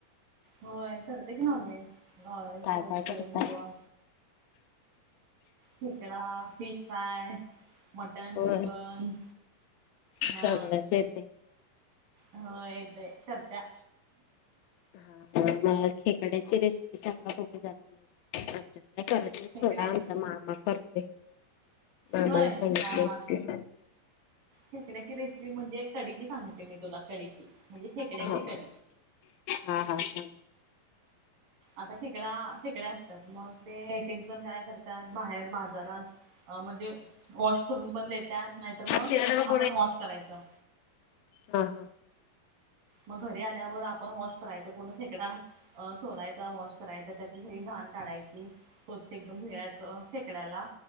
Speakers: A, on the right; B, on the left.
A: होय करते की नॉन व्हेज नॉन व्हेज
B: काय काय करताय
A: बुधवा ठेकडा फिश फ्राय मटन
B: होय
A: चिकन
B: सगळंच
A: हा
B: येते
A: हो येत आहे करचा
B: हा मला खेकड्याची रेसिपी चांग बघू जणार म आमच्यात काय कर
A: खेकड्याची
B: ोड आमचा मामा करतेय मामाला
A: होय
B: सांगितले
A: हा हा
B: असते
A: खेकड्याची रेसिपी म्हणजे कडीची सांगते मी तुला कढची म्हणजे खेकड्याची
B: हा
A: कढ
B: हा हा सां
A: आता खेकडा खेकडे्या असतात मग ते एक एक जण काय करतात बाहेर बाजारात अ म्हणजे वॉश करून पण देतात नाहीतर मग
B: सांगा.
A: आपण वॉश करायचं
B: हा हा
A: मग घरी आल्यावर आपण वॉश करायचं पूर्ण फेकडा अ सोलायचा वॉश करायचा त्याची स घाण काढायची हो एकदम भधुळ्याच शेकड्याला